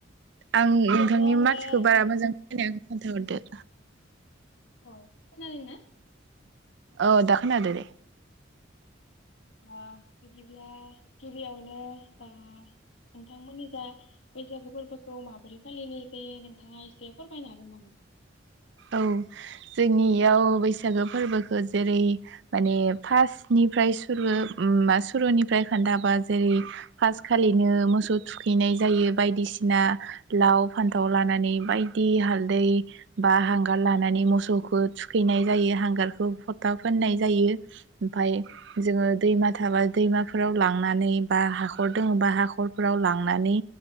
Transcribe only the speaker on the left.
गिबियावनो
आङो
नों
अ खोनादोंंना
औ बिदिब्ला गिबियावनो नोंथांमोननि जा बैसागु फोरबोखौ माबोरै फालिनाय जायो नोंथाङा एसे फोरमायनो हागोन नामा
औ